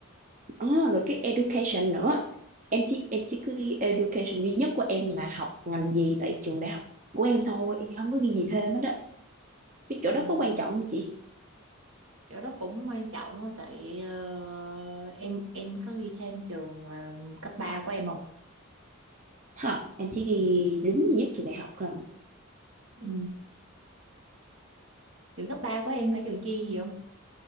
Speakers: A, on the right; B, on the right.
A: À, rồi cái education nữa em chỉ em chỉ cứ education duy nhất của em là học ngành gì tại trường đại học của em thôi em không có
B: ừ,
A: ghi gì
B: ừ.
A: thêm hết đó cái
B: ừ.
A: chỗ đó có quan trọng không chị
B: chỗ đó cũng quan trọng á tại ờ, em em có ghi thêm trường ờ, cấp 3 của em không
A: học em chỉ ghi đúng duy nhất trường đại học rồi
B: ừ. trường cấp 3 của em phải trường chuyên gì không